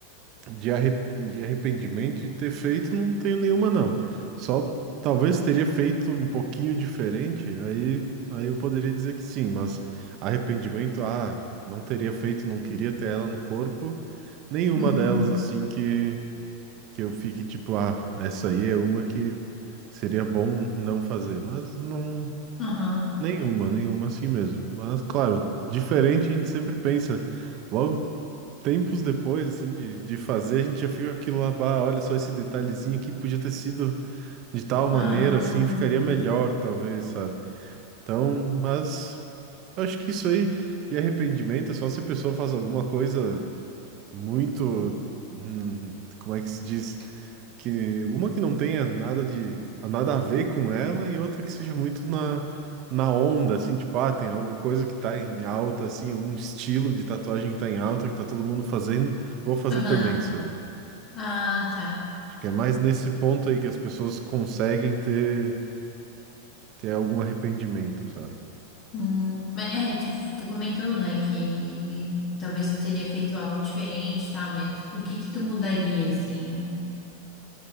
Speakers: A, on the right; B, on the left.
A: de, arre- de arrependimento de ter feito, não tenho nenhuma, não. Só talvez teria feito um pouquinho diferente, aí, aí eu poderia dizer que sim, mas arrependimento, ah, não teria feito, não queria ter ela no corpo. Nenhuma
B: Uhum.
A: delas, assim, que, que eu fique tipo, ah, essa aí é uma que seria bom não fazer, mas não.
B: Aham.
A: Nenhuma, nenhuma assim mesmo. Mas, claro, diferente a gente sempre pensa. Logo, tempos depois, assim, de, de fazer, a gente já fica com aquilo lá, bah, olha só esse detalhezinho aqui, podia ter sido de tal maneira,
B: Ah.
A: assim, ficaria melhor, talvez, sabe? Então, mas acho que isso aí de arrependimento é só se a pessoa faz alguma coisa muito, hum, como é que se diz? Que uma que não tenha nada de nada a ver com ela e outra que seja muito na, na onda, assim, tipo, ah, tem alguma coisa que tá em alta, assim, algum estilo de tatuagem que tá em alta, que tá todo mundo fazendo, vou fazer
B: Aham.
A: também, sabe?
B: Ah, tá.
A: Acho que é mais nesse ponto aí que as pessoas conseguem ter, ter algum arrependimento, sabe?
B: Hum, mas é, tu, tu comentou, né, que talvez tu teria feito algo diferente e tal, mas o que que tu mudaria, assim?